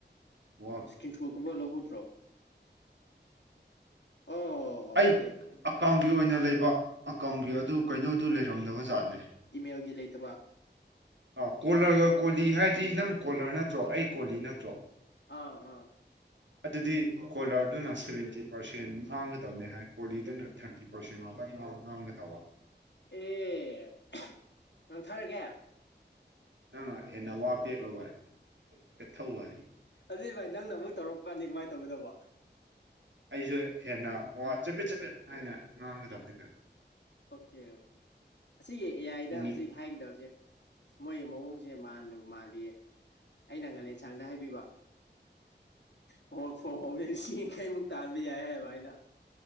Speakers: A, on the right; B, on the left.
A: ꯋꯥ
B: ꯏꯁꯀ꯭ꯔꯤꯟ ꯁꯣꯠ ꯀꯨꯝꯕ ꯂꯧꯍꯧꯗ꯭ꯔꯣ ꯑꯣ ꯑꯣ
A: ꯑꯩ ꯑꯀꯥꯎꯟꯒꯤ ꯑꯣꯏꯅ ꯂꯩꯕ ꯑꯀꯥꯎꯟꯒꯤ ꯑꯗꯨ ꯀꯩꯅꯣꯗꯨ ꯂꯩꯔꯝꯗꯕ ꯖꯥꯠꯅꯦ
B: ꯏꯃꯦꯜꯒꯤ ꯂꯩꯇꯕ
A: ꯑ ꯀꯣꯂꯔꯒ ꯀꯣꯂꯤ ꯍꯥꯏꯔꯗꯤ ꯅꯪ ꯀꯣꯂꯔ ꯅꯠꯇ꯭ꯔꯣ ꯑꯩ ꯀꯣꯂꯤ ꯅꯠꯇ꯭ꯔꯣ
B: ꯑꯥ ꯑꯥ
A: ꯑꯗꯨꯗꯤ ꯀꯣꯂꯔꯗꯨꯅ ꯁꯚꯦꯟꯇꯤ ꯄꯥꯔꯁꯦꯟ ꯃꯥꯡꯒꯗꯕꯅꯤ ꯍꯥꯏ ꯀꯣꯂꯤꯗꯨꯅ ꯊꯥꯔꯇꯤ ꯄꯔꯁꯦꯟ ꯉꯥꯡꯒ ꯇꯧꯕ
B: ꯑꯦ ꯅꯟꯊꯔꯒꯦ
A: ꯅꯪ ꯅ ꯍꯦꯟꯅꯋꯥ ꯄꯦꯠꯂꯣ ꯍꯥꯏ ꯄꯦꯊꯧꯧꯕ ꯍꯥꯏ
B: ꯑꯗꯨꯗꯤ ꯚꯥꯏ ꯅꯪꯅꯨꯛ ꯇꯧꯔꯄ ꯀꯥꯟꯅꯤ ꯀꯃꯥꯏꯅ ꯇꯧꯒꯗꯧꯕ
A: ꯑꯩꯁꯨ ꯍꯦꯟꯅ ꯋꯥ ꯆꯐꯦꯠ ꯆꯐꯦꯠ ꯍꯥꯏꯅ ꯉꯥꯡꯒꯗꯕꯅꯤꯗ
B: ꯑꯣꯀꯦ ꯑꯣꯀꯦ ꯑꯁꯤꯒꯤ ꯑꯦ ꯑꯥꯏꯗ
A: ꯃꯤꯅꯤꯠ
B: ꯍꯧꯖꯤꯛ ꯍꯥꯏꯒꯗꯕꯁꯦ ꯃꯣꯏ ꯃꯑꯣꯡꯁꯦ ꯃꯅꯕ ꯃꯥꯜꯂꯤꯌꯦ ꯑꯩꯅ ꯉꯥꯂꯦꯟꯁꯥꯡꯗ ꯍꯥꯏꯕꯤꯕ ꯍꯣ ꯐꯣ ꯍꯣꯃꯦ ꯁꯤ ꯀꯩꯃꯨꯛ ꯇꯥꯟꯕ ꯌꯥꯏ ꯍꯥꯏꯏꯑꯕ ꯑꯩꯅ